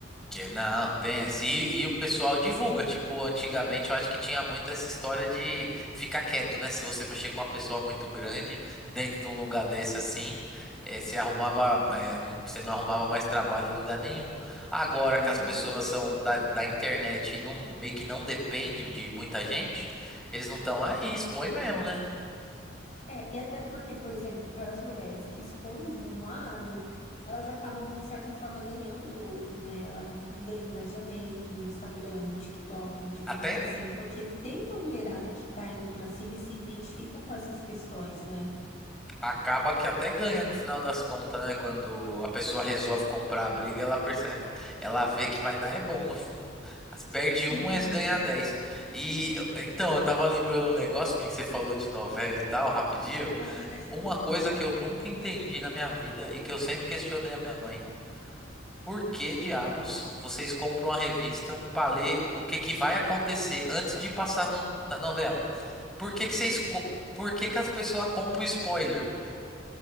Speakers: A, in the centre; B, on the left.
A: Que não, tem essa. E, e o pessoal divulga. Tipo, antigamente eu acho que tinha muito essa história de ficar quieto, né? Se você mexer com uma pessoa muito grande dentro de um lugar desse assim, eh, você arrumava, eh, um- você não arrumava mais trabalho em lugar nenhum. Agora
B: Uhum.
A: que as pessoas são da, da internet e não, meio que não depende de muita gente, eles não estão aí, expõe mesmo, né?
B: É, e até porque, por exemplo, para as mulheres que expõem de um lado, elas acabam, de certa forma, ganhando do outro, né? Ela ganha engajamento no Instagram, no TikTok, digamos
A: Até
B: assim, porque tem uma mulherada que está indo para cima e se identifica com essas questões, né?
A: acaba que até ganha no final das contas, né? Quando a pessoa resolve comprar a briga, ela percebe, ela vê que vai dar é bom no fim. As- Perde
B: Sim.
A: um, mas ganha dez E então, eu tava lembrando um negócio, meio que você falou de novela e tal, rapidinho.
B: É.
A: Uma coisa
B: <laughs>
A: que eu nunca entendi na minha vida e que eu sempre questionei a minha mãe. Por que diabos vocês compram uma revista pra ler o que que vai acontecer antes de passar no- na novela? Por que que vocês, co- por que que as pessoas compram spoiler?